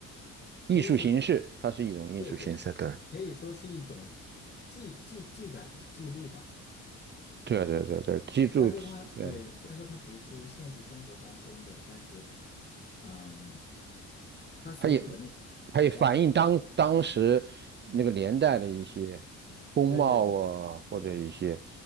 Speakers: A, on the right; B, on the left.
A: 艺术形式，
B: 可以说是。
A: 它是一种艺术形式，
B: 对对，
A: 对。
B: 可以说是一种记记记载吧，记录吧。
A: 对对对对，
B: 对，就
A: 记住，
B: 虽然说它对，
A: 对，
B: 虽然说它不是现实生活当中的，但是，嗯，它所处的那个时代背景，
A: 它也它也反映当当时那个年代的一些风貌啊，
B: 对对对对，
A: 或者一些
B: 嗯